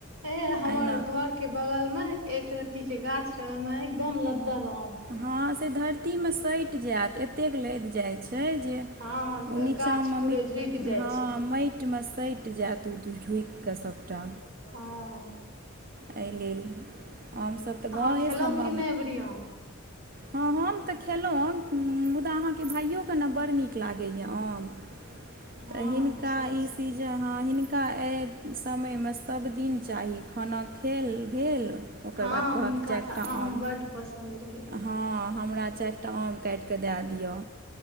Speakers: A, on the right (about 75°); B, on the right (about 45°).
A: ए हमर
B: एहिना
A: घर- के बगल मे एक रति के गाछ रहे ओ मे एकदम लद्दल आम
B: हँ से धरतीमे सटि जायत एतेक लदि जाइ छै जे उ
A: हँ
B: निचां
A: गाछ
B: मे
A: पूरे
B: मिट
A: झुकि जाइ
B: हँ
A: छै
B: माइट टिमे सटि जायत ओ झुकिकऽ सभटा।
A: हँ।
B: एहि लेल हमसभ तऽ
A: अहाँ
B: गाँवे
A: खेलहुँ
B: सबमे।
A: कि नहि अबरी आम
B: हँ हम तऽ खेलहुँ आम मुदा अहाँके भाइयो के न बड़ नीक लागैए आम।
A: हँ
B: तऽ हिनका
A: अच्छा अच्छा
B: ई सिज। जे हँ हिनका एहि समयमे सभ दिन चाही खाना खेल भेल। ओकर
A: हँ
B: बाद कहत
A: हुनका
B: चारिटा
A: तऽ
B: आम।
A: बड्ड पसन्द रहै
B: हँ हमरा चारिटा आम काटिकऽ दए दिअ।